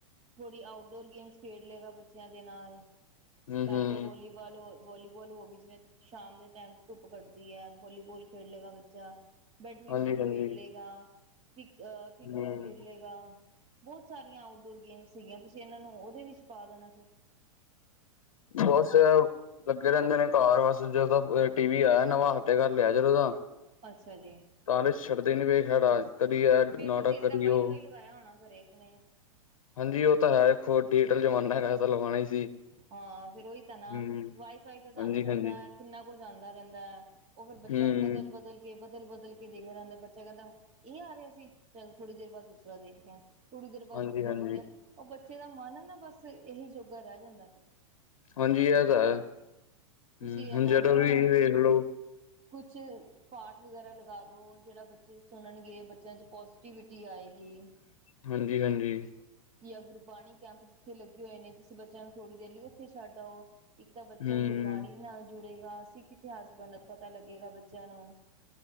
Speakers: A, on the right; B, on the left.
A: ਥੋੜ੍ਹੀ ਆਊਟਡੋਰ ਗੇਮਸ ਖੇਡ ਲਏਗਾ ਬੱਚਿਆਂ ਦੇ ਨਾਲ
B: ਹੂੰ
A: ਲਾਇਕਾ
B: ਹੂੰ
A: ਅ ਵੋਲੀਬਾਲ ਹੋ, ਵੋਲੀਵਾਲ ਹੋ ਗਈ ਜਿਵੇਂ ਸ਼ਾਮ ਦੇ ਟੇਮ ਧੁੱਪ ਕੱਢਦੀ ਐ। ਵੋਲੀਬੋਲ ਖੇਡ ਲਗਾ ਬੱਚਾ, ਬੈਡਮਿੰਟਨ
B: ਹਾਂਜੀ ਹਾਂਜੀ
A: ਖੇਡ ਲਗਾ। ਕ੍ਰਿਕ ਅਹ ਕ੍ਰਿਕਟ
B: ਹੂੰ,
A: ਖੇਡ ਲੇਗਾ। ਬੋਤ ਸਾਰੀਆਂ ਆਊਟਡੋਰ ਗੇਮਸ ਸੀਗੀਆਂ ਤੁਸੀ ਏਨਾ ਨੂੰ ਓਦੇ ਵਿੱਚ ਪਾ ਦੇਣਾ ਸੀ।
B: ਬਸ ਲੱਗੇ ਰੇਣਦੇ ਨੇ ਘਰ ਬਸ ਜਦੋਂ ਟੀ ਵੀ ਆਯਾ ਨਵ ਹਤੇ ਘਰ ਲਿਆ ਜਦੋਂ ਦਾ
A: ਅੱਛਾ ਜੀ।
B: ਤਾਂ ਛੱਡਦੇ ਨੀ ਵੇਏ ਖੇੜਾ ਕਦੀ ਐ ਨਾਟਕ
A: ਫੇਰ ਤੁਸੀਂ ਏਦਾਂ
B: ਕਦੀ
A: ਵਾਈਫਾਈ
B: ਓ
A: ਲਗਾਇਆ ਹੋਣਾ ਘਰੇ ਆਪਣੇ
B: ਹਾਂਜੀ। ਉਹ ਤਾਂ ਹੈ ਵੇਖੋ ਡਿਜੀਟਲ ਜਮਾਨਾ ਹੈਗਾ ਐ ਤਾਂ ਲਗਾਵਾ ਹੀ ਸੀ।
A: ਹਾਂ, ਫੇਰ ਉਹੀ ਤਾਂ ਨਾ
B: ਹੂੰ।
A: ਵਾਈਫਾਈ ਤੇ ਤਾਨੂੰ
B: ਹਾਂਜੀ-ਹਾਂਜੀ,
A: ਪਤਾ ਏ ਕਿੰਨਾ ਕੁਝ ਆਦਾ ਰੇਣਦਾ ਐ। ਓ ਫੇਰ ਬੱਚਾ
B: ਹੂੰ,
A: ਬਦਲ-ਬਦਲ ਬਦਲ-ਬਦਲ ਕੇ ਦੇਖਦਾ ਰੇਨਦਾ, ਬੱਚਾ ਕੇਦਾ ਏਹ ਆ ਰਿਹਾ ਸੀ ਚੱਲ ਥੋੜ੍ਹੀ ਦੇਰ ਬਾਦ ਦੂਸਰਾ ਦੇਖਦੇ ਆ। ਥੋੜ੍ਹੀ ਦੇਰ ਬਾਅਦ
B: ਹਾਂਜੀ-ਹਾਂਜੀ,
A: ਦੂਸਰਾ ਦੇਖਦੇ ਆ, ਉਹ ਬੱਚੇ ਦਾ ਮਨ ਨਾ ਬਸ ਏਹੀ ਜੋਗਾ ਰੇਹ ਜਾਂਦਾ ਐ।
B: ਹਾਂਜੀ ਇਹ ਤਾਂ
A: ਮਾਇਡ
B: ਹੈ। ਹੂੰ,
A: ਤੁਸੀਂ ਏਹਨਾ
B: ਹੁਣ ਜਦੋਂ
A: ਨੂੰ
B: ਵੀ ਵੇਖ ਲੋ
A: ਕੁੱਛ ਪਾਠ ਵਗੈਰਾ ਲਗਾ ਦੋ, ਜੇਹੜਾ ਬੱਚੇ ਸੁਣਨਗੇ। ਬੱਚਿਆਂ ਚ ਪੋਜ਼ਟੀਿਵਿਟੀ ਆਏਗੀ।
B: ਹਾਂਜੀ-ਹਾਂਜੀ।
A: ਜਾਂ ਗੁਰਬਾਣੀ ਕੈਂਪ ਜਿੱਥੇ ਲੱਗੇ ਹੋਏ ਨੇ, ਤੁਸੀਂ ਬੱਚਿਆਂ ਨੂੰ ਥੋੜ੍ਹੀ ਦੇਰ ਲਈ ਓਥੇ ਛੱਡ ਆਓ। ਇੱਕ ਤਾਂ ਬੱਚਾ
B: ਹੂੰ,
A: ਗੁਰਬਾਣੀ ਦੇ ਨਾਲ ਜੁੜੇਗਾ, ‌ਸਿੱਖ ਇਤਿਹਾਸ ਬ ਪਤਾ ਲੱਗੇਗਾ ਬੱਚਿਆਂ ਨੂੰ।